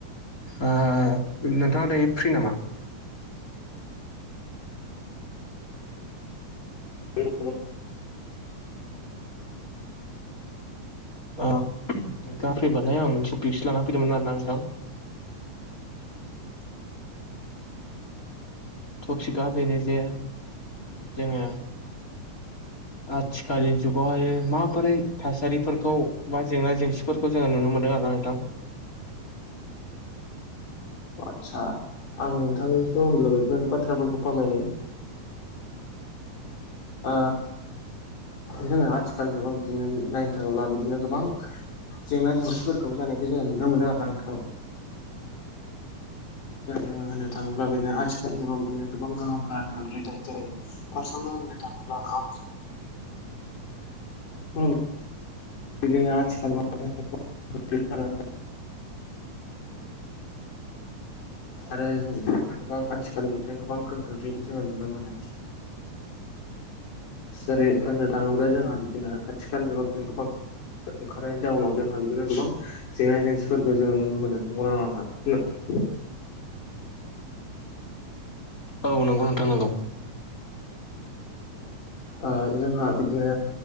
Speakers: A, on the left; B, on the left.
A: ओ नोंथाङा दायो फ्रि नामा?
B: औ <inaudible>
A: औ नोंथाङा फ्रिबालाय आं मोनसे टफिक्स सो लानानै फैदोंमोन आरोना नोंथां। टपिकआ बेनो जे जोङो आथिखालनि जुगावहायो माबोरै थासारिफोरखौ बा जेंना जेंसि फोरखौ जोङो नुनो मोन्दों आरोना नोंथां।
B: अ आदसा आं नोंथांनिथ' होमब्ला बेफोर बाथ्राफोरखौ फोरमायनि आ जोंङो आथिखालनि जुगाव बिदिनो नायनो थाङोब्ला बिदिनो गोबां जेंना जेंसिफोरखौ जानायखौ जोङो नुनो मोनदों आरो ना नोंथां। जैरै जोङो होननो थाङोब्ला बिदिनो आथिखालनि बिदिनो गोबां गोहोमफोरा गोग्लैदों जेरै फार्ष्टावनो होननो थांङोबोला <unintelligible> बिदिनो आथिखालाव <inaudible> आरो जों बिदिनो गोबां
A: औ
B: आथिखालनि <inaudible> गोबां गो बेनो जोङो नुनो मोनो जेरै होननो थाङोब्ला जोंहा बिदिनो आथिखाल जुगाव बिदिनो गोबां ओंखारनायनि जाहोनाव जोंहा बिदिनो गोबां जेंना जेंसिफोरखो जोङो नुनो मोनो नंगौ ना नङा नोंथां?
A: औ नोंगौ नोंथां नोंगौ।
B: ओ जोंहा बिदिनो